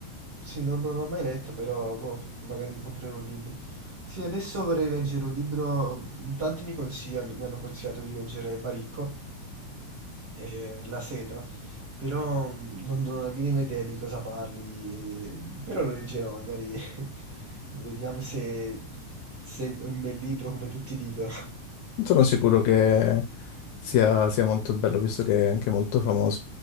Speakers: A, on the right; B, on the left.
A: Sì, non, non l'ho mai letto, però boh, magari mi comprerò un libro. Sì, adesso vorrei leggere un libro. in Tanti mi consigliano, mi hanno consigliato di leggere Baricco e La seta, però mm, non, non ho la minima idea di cosa parli, e- però lo leggerò, magari <laughs> vediamo se, se è un bel libro come tutti dicono.
B: Sono sicuro che sia, sia molto bello, visto che è anche molto famoso.